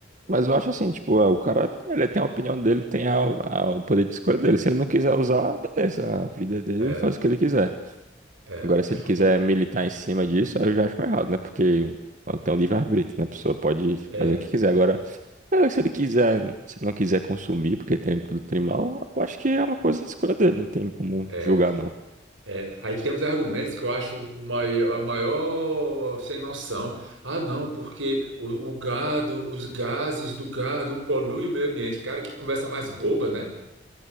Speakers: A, on the right; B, on the right.
A: mas eu acho assim, tipo, ah, o cara ele tem a opinião dele, tem a- a- o poder de escolha dele. Se ele não quiser usar, beleza, a vida dele,
B: É,
A: ele faz o que ele quiser.
B: é.
A: Agora, se ele quiser
B: O-
A: militar em cima disso, aí eu já acho meio errado, né? Porque ela tem um livre-arbítrio, né? A pessoa pode
B: é.
A: fazer o que quiser. Agora, eh, se ele quiser, se ele não quiser consumir porque tem produto animal, eu acho que é uma coisa de escolha dele, não tem como
B: é.
A: julgar, não.
B: É, aí tem uns argumentos que eu acho o mai- a maior sem noção. Ah, não, porque o, o gado, os gases do gado poluem o meio ambiente. Cara, que conversa mais boba, né?